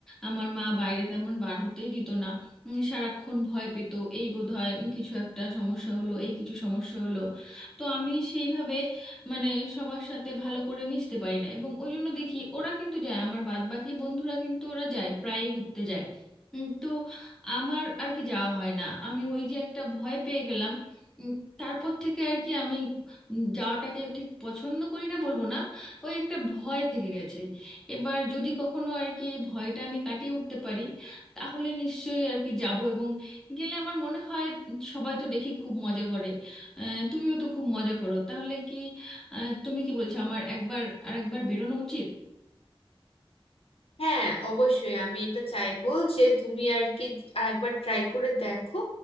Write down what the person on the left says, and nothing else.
হ্যাঁ অবশ্যই আমি এটা চাইবো যে তুমি আর কি একবার ট্রাই করে দেখো